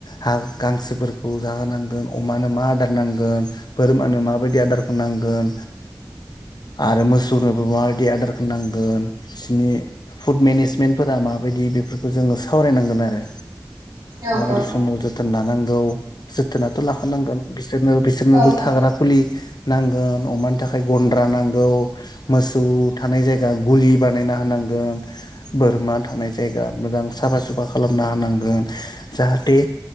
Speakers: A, on the left (about 60°); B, on the right (about 60°).
A: हां गांसोफोरखौ जाहोनांगोन अमानो मा आदार नांगोन बोरमानो माबायदि आदारखौ नांगोन आरो मोसौनोबो माबायदि आदारखोनांगोन बिसिनि फुड मेनेजमेन्टफोरा माबायदि बेफोरखौ जोङो सावरायनांगोन आरो।
B: औ
A: माबायदि
B: नंगौ नोंथां
A: समाव जोथोन लानांगौ जोथोनाथ' लाखानांगोन बिस सोरनो बिसोरनोबो
B: औ
A: थाग्रा खुलि नांगोन अमानि थाखाय गन्द्रा नां गौ मोसौ थानाय जायगा गुलि बानायना होनांगोन बोरमा थानाय जायगा मोजां साफा सुफा खालामना होनांगोन जाहाथे